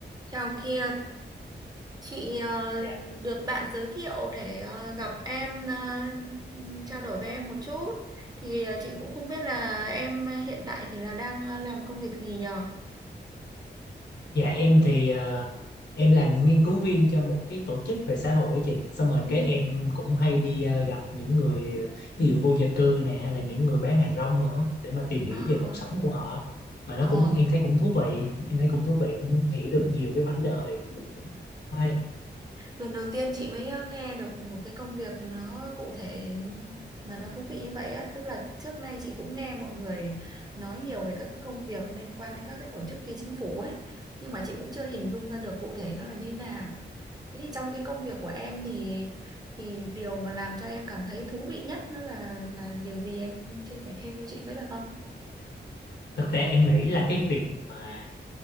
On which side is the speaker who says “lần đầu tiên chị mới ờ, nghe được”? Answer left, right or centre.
Right